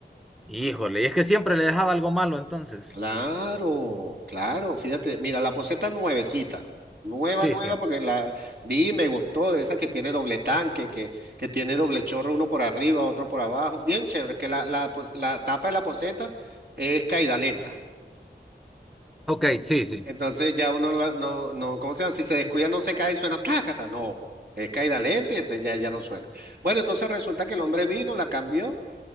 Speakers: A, in the centre; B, on the right.
A: Híjole, y es que siempre le dejaba algo malo entonces.
B: Claro, claro. Fíjate, mira, la poceta nuevecita. Nueva,
A: Sí,
B: nueva,
A: sí.
B: porque la vi y me gustó, de esa que tiene doble tanque, que, que tiene doble chorro, uno por arriba, otro por abajo. Bien chévere, que la, la, pos- la tapa de la poceta es caída lenta.
A: Ok, sí, sí.
B: Entonces ya uno la- no, no, ¿cómo se llama? Si se descuida no se cae y suena tácata. No, es caída lenta y entonces ya, ya no suena. Bueno, entonces resulta que el hombre vino, la cambió